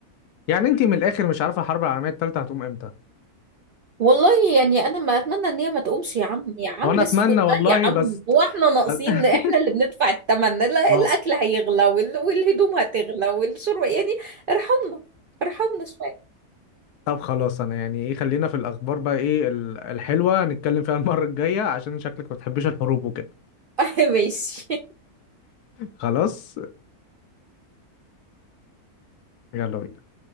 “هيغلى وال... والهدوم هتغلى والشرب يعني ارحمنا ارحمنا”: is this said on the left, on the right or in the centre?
Right